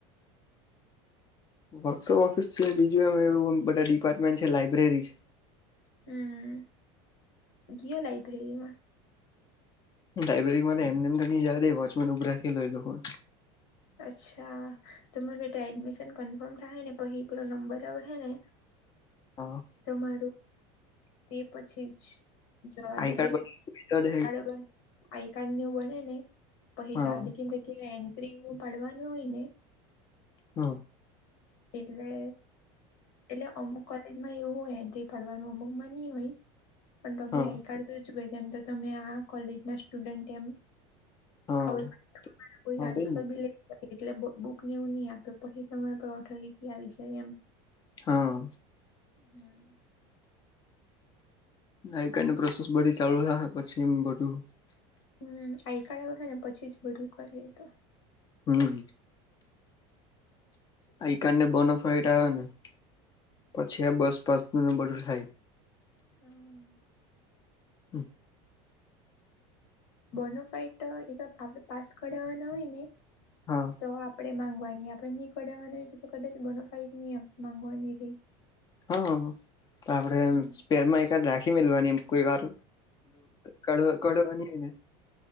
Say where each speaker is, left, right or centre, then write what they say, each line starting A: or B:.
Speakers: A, on the left; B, on the left.
A: વર્કશોપ ઓફિસ છે બીજું એમ એવું બધા ડિપાર્ટમેન્ટ છે લાઈબ્રેરી છે.
B: હમ, કયો લાઈબ્રેરીમાં?
A: લાયબ્રેરી એમને એમ ની જે વોચમેન ઉભરાખ લઈ લો હોય.
B: અચ્છા, તો મરોટ એડમિશન કન્ફર્મડ ને પ હ પરો નંબર આવ હ હ ને.
A: હા.
B: તમારું, તે પછી જ. જોવા
A: આઈ
B: દે
A: કાર્ડ
B: હે, બરોબર. આઈ કાર્ડ વું બને ને, પછ
A: હા
B: જડી કેમ કે એન્ટ્રી એવું પાડવાનું હોય ને.
A: હમ.
B: એટલે એટલે અમુક કલે માં એવું હોય એથી ફડવાનું અમુક માં નહ હોય, પણ તો
A: હા
B: બી આઈ કાર્ડ જો એમ તો તમે આ કોલેજ ના સ્ટુડન્ટ એમ.
A: હા
B: ખબર કોઈ
A: હા
B: ટાન્સફર
A: તેજ ને
B: બ લ. <unintelligible> એટલે બુક નેવું નહ આપ્યો પી સમય પર ઓથોરિટી આવી જાય એમ.
A: હા.
B: હમ
A: નાઈકાઈની પ્રોસેસ બધી ચાલુ થ પછી એ બધું.
B: હમ આઈકાર્ડ આવે ને પછી જ બધું કરીએ તો.
A: હમ, આઈ કાર્ડ ને બનોફાઈટ આવે ને. પછી આ બસ પાસ નું બદ્દુ થાય.
B: હમ.
A: હમ.
B: બોનો ફાઈટ તો એક આપડણે પાસ કરઢાવવાના હોય ને.
A: હા.
B: તો આપડે માંગવાની આપડે નહી કઢાવવાનું હોય તો, કાળાજ નહી ગવાની રહી.
A: હા. આપણે
B: હમ
A: સ્પેરમાં એક રાખી મેલવાની કોઈ વાર. ક કડવાની હોયને.